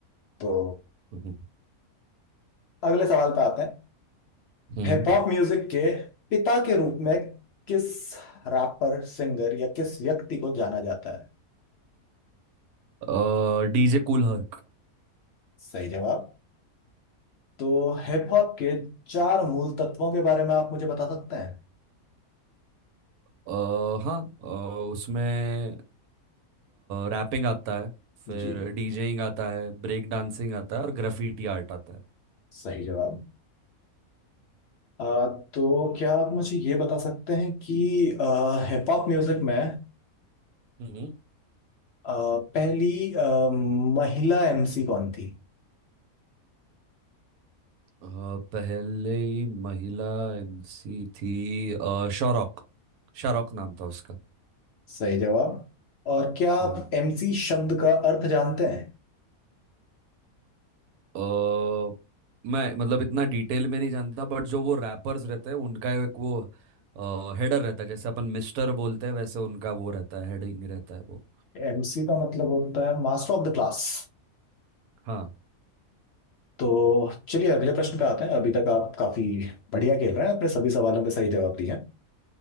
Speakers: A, on the left; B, on the right.
A: तो
B: हम्म
A: अगले सवाल पे आते हैं
B: हम्म
A: हिप हॉप म्यूजिक के पिता के रूप में किस रैपर सिंगर या किस व्यक्ति को जाना जाता है
B: हम्म डीजे कूल हर्क
A: सही जवाब तो हिप हॉप के चार मूल तत्वों के बारे में आप मुझे बता सकते हैं
B: अ, हाँ अ, उसमें रैपिंग आता है फिर
A: जी
B: डीजेइंग आता है ब्रेक डांसिंग आता है और ग्राफिटी आर्ट आता है
A: सही जवाब आ, तो क्या आप मुझे ये बता सकते हैं कि हिप हॉप म्यूजिक में
B: हम्म,
A: आ, पहली आ, महिला एमसी कौन थी
B: अ, पहले ही महिला एमसी थी अ, शारोक शारोक नाम था उसका
A: सही जवाब और क्या आप
B: हम्म।
A: एमसी शब्द का अर्थ जानते हैं
B: अ, मैं मतलब इतना डिटेल में नहीं जानता बट जो वो रैपर्स रहते हैं उनका एक वो हेडर रहता है जैसे अपन मिस्टर बोलते हैं वैसे उनका वो रहता है हेडिंग रहता है वो
A: एमसी का मतलब होता है मास्टर ऑफ द क्लास
B: हाँ
A: तो चलिए अगले प्रश्न पे आते हैं अभी तक आप काफी बढ़िया खेल रहे हैं आपने सभी सवालों के सही जवाब दिए हैं